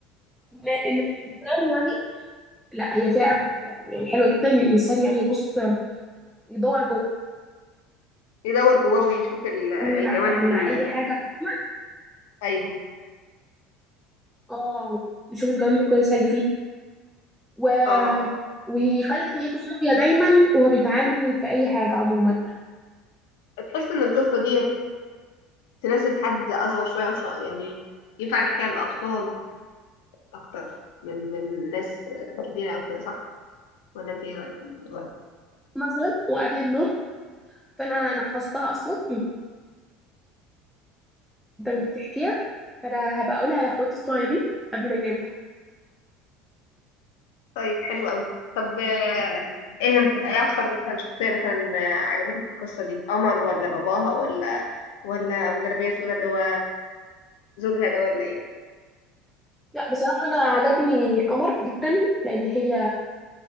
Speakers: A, in the centre; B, on the left (about 85°).
A: إن إن الإنسان يعني لا هي فيها عبء جدا يعني حلوة جدا الإنسان يعني يبص يدور جوه
B: يدور جواه ويشوف ال- الجوانب
A: يعمل مع, مع
B: ال-
A: أي حاجة عموما
B: أيوة
A: اه يشوف الجوانب الكويسة اللي فيه و...
B: اه
A: ويخلي نيته صافية دايما وهو بيتعامل في أي حاجة عموما
B: تحس ان القصة دي تناسب حد أصغر شوية وش... يعني ينفع نحكيها للأطفال أكتر من من ناس كبيرة أو كده صح ولا أنت ايه رأيك في الموضوع ده؟
A: مثلا وقبل النوم فأنا أنا حفظتها أصلا من أنت بتحكيها فأنا هبقى أقولها لأخواتي الصغيرين قبل ما يناموا
B: طيب حلو قوي طب آه، ايه ايه اكتر مثلا شخصية مثلا آه، عجبتك في القصة دي قمر ولا باباها ولا ولا ابو جلابية سودا اللي هو زوجها ده ولا ايه
A: لا بصراحة أنا عجبني قمر جدا لأن هي